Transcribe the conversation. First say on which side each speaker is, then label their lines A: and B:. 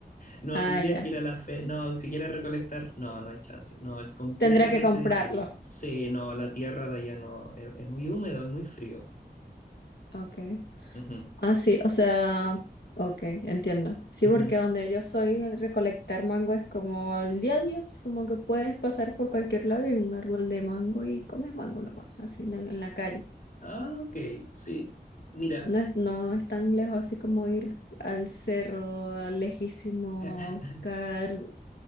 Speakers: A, on the left; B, on the left.
A: No,
B: Ah,
A: tendrías
B: ya.
A: que ir a la fe. No, si quieres recolectar, no, no hay chance. No, es completamente
B: Tendré que comprarlo.
A: distinto. Sí, no, la tierra de allá no. Es, es muy húmedo y muy frío.
B: Ok.
A: Ujú,
B: Ah, sí, o sea, ok, entiendo. Sí,
A: ujú.
B: porque donde yo soy, el recolectar mango es como el día a día, así como que puedes pasar por cualquier lado y hay un árbol de mango y comes mango nomás, así en, el- en la calle.
A: Ah, ok, sí. Mira,
B: No es, no es tan lejos así como ir al cerro lejísimo
A: <laughs>
B: a buscar